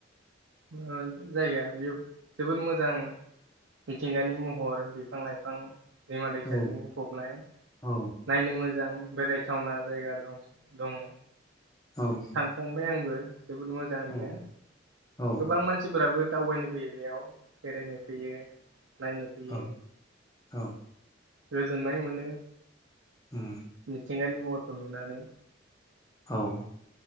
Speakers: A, on the right; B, on the left.
A: मोनसे जायगा बेयो जबोर मोजां मिथिंगानि महर बिफां लाइफां दैमा दैसाजों
B: औ
A: बुंफबनाय
B: औ
A: नायनो मोजां बेरायथावना जायगा दं दङ।
B: औ
A: फंबाय आंबो जबोर मोजां बियो
B: औ औ
A: गोबां मानसिफोराबो दावबायनो फैयो बेयाव बेरायनो फैयो नायनो फैयो।
B: औ औ
A: गोजोननाय मोनो
B: उम
A: मिथिंगानि महरखौ नुनानै
B: औ